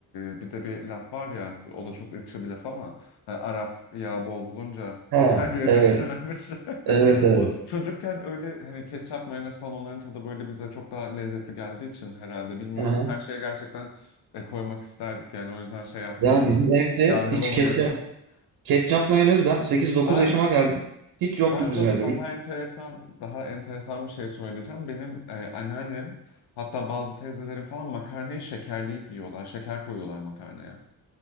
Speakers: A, on the left (about 80°); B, on the right (about 65°).
A: e, bir de bir laf var ya o da çok ırkçı bir laf ama hani Arap yağ bol bulunca <laughs>
B: Ha,
A: her yerine
B: evet.
A: sürermiş. <laughs>
B: Evet evet.
A: O çocukken öyle hani ketçap mayonez falan onların tadı böyle bize çok daha lezzetli geldiği için herhalde bilmiyorum.
B: Aha.
A: Her şeye gerçekten e, koymak isterdik yani o yüzden şey yapmıyorum
B: Ya bizim
A: ben.
B: evde
A: Yargılamıyorum.
B: hiç ketçap
A: <laughs>
B: ketçap mayonez ben sekiz dokuz
A: Ben
B: yaşıma geldim. Hiç yoktu
A: ben sana
B: bizim evde.
A: daha
B: biliyor
A: enteresan daha enteresan bir şey söyleyeceğim. Benim e, anneannem Hatta bazı teyzelerin falan makarnayı şekerleyip yiyorlar. Şeker koyuyorlar makarnaya.